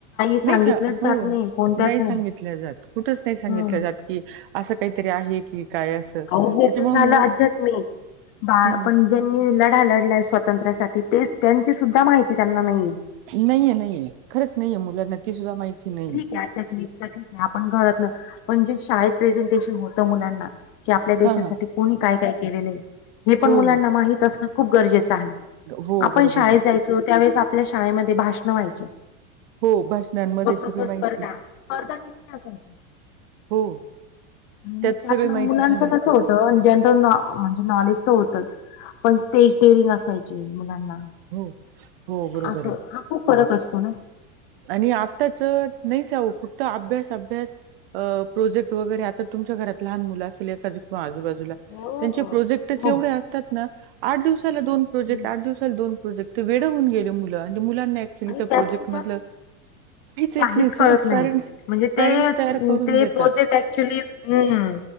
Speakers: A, on the left (about 35°); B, on the right (about 45°).
A: सांगितलंच
B: नाही सा हो
A: जात नाही कोणत्याच
B: नाही सांगितल्या जात कुठच नाही सांगितलं
A: हम्म.
B: जात की असं काहीतरी आहे की काय असं
A: अहो
B: त्याच्यामुळे
A: हे तर झालं
B: मुल
A: अध्यात्मी बाळ
B: हं, हं.
A: पण ज्यांनी लढा लढलाय स्वातंत्र्यासाठी तेच त्यांची सुद्धा माहिती त्यांना नाहीये.
B: नहीये नहीये खरंच नहीये मुलांना ती सुद्धा माहिती नहीये.
A: त्यातच मी आपण घरात न पण जे शाळेत प्रेझेंटेशन होत मुलांना कि आपल्या देशासाठी
B: हा हा
A: कोणी काय काय केलेलंय हे पण
B: हो
A: मुलांना
B: हो
A: माहीत असणं खूप गरजेचं आहे.
B: हो
A: आपण
B: बरोबर
A: शाळेत
B: आहे
A: जायचो त्यावेेळेस आपल्या शाळेमध्ये भाषणं व्हायची.
B: हो भाषणांमध्ये
A: वकृत्व
B: सगळी माहिती
A: स्पर्धा, स्पर्धा किती असायच्या?
B: हो
A: आणि मग त्यात
B: सगळी
A: न
B: माहिती
A: मुलांच
B: सांगितली
A: कसं होतं जनरल नॉ म्हणजे नॉलेज तर होतच पण स्टेज डेरींग असायची मुलांना.
B: हो. हो बरोबर
A: असं
B: आहे
A: हा खूप फरक असतो ना.
B: आणि आत्ताच नाहीच आवं कुठ अभ्यास अभ्यास अ प्रोजेक्ट वगैरे आता तुमच्या घरात लहान मुलं असेल एखादी किवा आजूबाजूला
A: हो
B: त्यांचे
A: हो
B: प्रोजेक्टच
A: हो
B: एवढे असतात ना आठ दिवसाला दोन प्रोजेक्ट,
A: हम्म.
B: आठ दिवसाला ला दोन प्रोजेक्ट ते वेड होऊन गेले मुलं आणि मुलांना ऍक्च्युली
A: आणि
B: त्या
A: त्यात
B: प्रोजेक्ट
A: त्यात
B: मधलं येत
A: काहीच
B: नाही सगळं
A: कळत नाही
B: पॅरेंट्स
A: म्हणजे
B: पॅरेंट्स
A: ते
B: तयार करून
A: ते
B: देतात
A: प्रोजेक्ट ऍक्च्युली हम्म